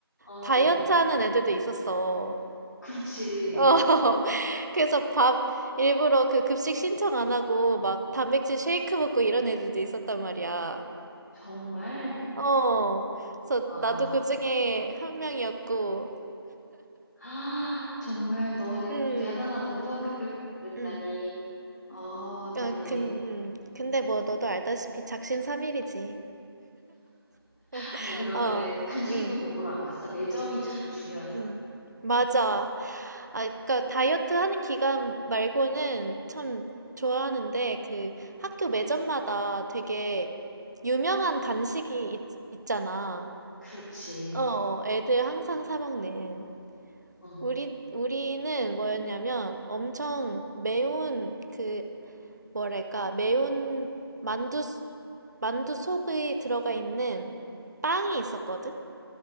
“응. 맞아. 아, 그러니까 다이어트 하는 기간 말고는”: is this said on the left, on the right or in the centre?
Right